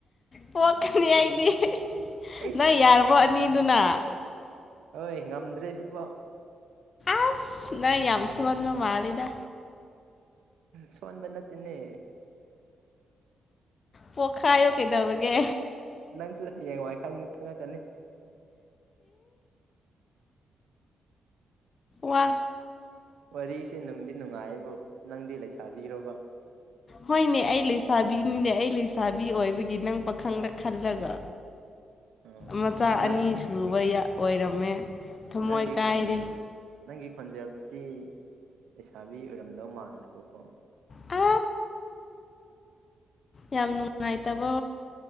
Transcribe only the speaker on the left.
ꯄꯣꯛꯀꯅꯤ ꯑꯩꯗꯤ
ꯅꯪ ꯌꯥꯔꯕꯣ ꯑꯅꯤꯗꯨꯅ
ꯑꯁ ꯅ ꯌꯥꯝꯁꯨ ꯋꯥꯟ ꯃ ꯃꯥ ꯂꯤꯗ
ꯄꯣꯈꯥꯏꯌꯨ ꯀꯗꯧꯔꯒꯦ
ꯋꯥ
ꯍꯣꯏꯅꯦ ꯑꯩ ꯂꯩꯁꯥꯕꯤꯅꯤꯅꯦ ꯑꯩ ꯂꯩꯁꯥꯕꯤ ꯄꯥꯕꯤ ꯑꯣꯏꯕꯒꯤ ꯅꯪ ꯄꯥꯈꯪꯂ ꯈꯜꯂꯒ
ꯃꯆꯥ
ꯑꯅꯤ
ꯁꯨꯕ ꯑꯣꯏꯔꯝꯃꯦ ꯊꯃꯣꯏ
ꯀꯥꯏꯔꯦ
ꯑ ꯌꯥꯝ ꯅꯨꯡꯉꯥꯏꯇꯕ